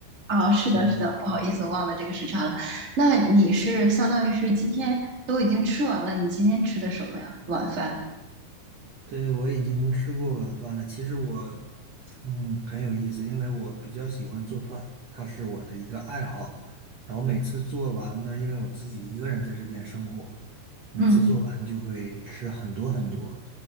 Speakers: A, on the right; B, on the right.
A: 啊，是的，
B: 对，
A: 是的，不好意思，我忘了这个时差了。那你是相当于是今天都已经吃完了，你今天吃的什么呀？晚饭？
B: 对，我已经吃过晚饭了。其实我，嗯，很有意思，因为我比较喜欢做饭，它是我的一个爱好。然后每次做完呢，因为我自己一个人在这边生活，每次做完就会吃很多很多，
A: 嗯，